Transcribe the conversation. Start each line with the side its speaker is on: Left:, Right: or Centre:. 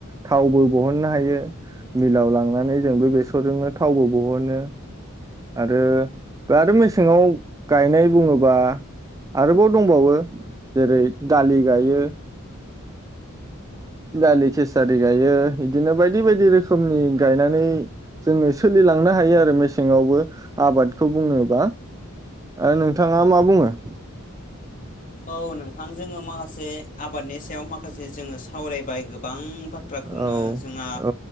Right: थावबो बहननो हायो। मिलाव लांनानै जों बे बेसरजोंनो थावबो बहनो आरो आरो मेसेङाव गायनाय बुङोबा आरोबाव दंबावो जेरै दालि गायो दालि केसारि गायो बिदिनो बायदि बायदि रोखोमनि गायनानै जोङो सोलिलांनो हायो आरो मेसेङावबो आबादखौ बुङोबा आरो नोंथाङा मा बुङो? <inaudible>
Left: औ नोंथां जोङो माखासे आबादनि सायाव माखासे जोङो सावरायबाय गोबां बाथ्राखौनो
Right: औ
Left: जोंहा
Right: औ